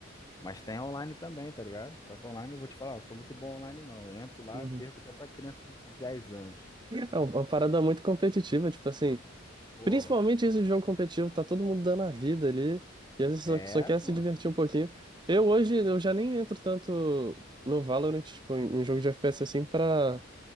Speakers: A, on the left (about 20°); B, on the right (about 25°).
A: Mas tem online também, tá ligado? Só que online, eu vou te falar, eu não sou muito bom online não. Eu entro lá,
B: uhum.
A: perco até pra criança de dez anos.
B: É uma uma parada muito competitiva, tipo assim,
A: Pô,
B: Principalmente isso de jogo competitivo, tá todo mundo dando a vida ali, e às vezes
A: é,
B: só, só quer
A: pô.
B: se divertir um pouquinho. Eu hoje, eu já nem entro tanto no Valorant, tipo, em, em jogo de FPS assim, pra